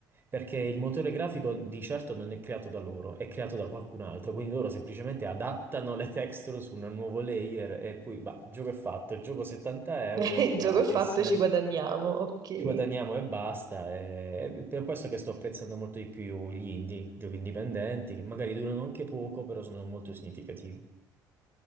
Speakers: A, on the right (about 25°); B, on the right (about 55°).
A: Perché il motore grafico di certo non è creato da loro, è creato da qualcun altro. Quindi loro semplicemente adattano le texture su un nuovo layer e poi, bah, il gioco è fatto. Il gioco 70 euro,
B: <laughs> Il
A: gratis.
B: gioco è fatto, ci guadagniamo, ok.
A: Ci guadagniamo e basta. E è per questo che sto apprezzando molto di più gli indie, giochi indipendenti, che magari durano anche poco, però sono molto significativi.